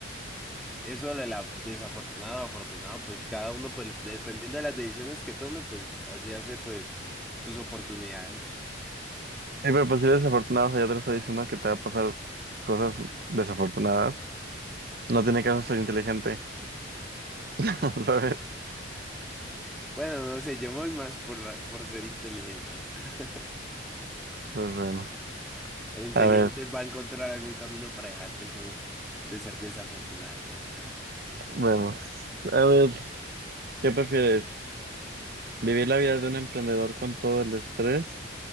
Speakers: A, in the centre; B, on the right.
A: eso de la desafortunado o afortunado, pues cada uno, pues, dependiendo de las decisiones que tome, pues, así hace, pues, sus oportunidades.
B: Eh, pero pues si eres desafortunado, o sea, ya te lo estoy diciendo que te va a pasar cosas desafortunadas. No tiene caso ser inteligente, <laughs> ¿sabes?
A: Bueno, no sé, yo me voy más por, la- por ser inteligente. <laughs>
B: Pues bueno,
A: El inteligente
B: a ver,
A: va a encontrar algún camino para dejar ese de ser desafortunado. eh.
B: vemos. A ver, ¿qué prefieres? ¿Vivir la vida de un emprendedor con todo el estrés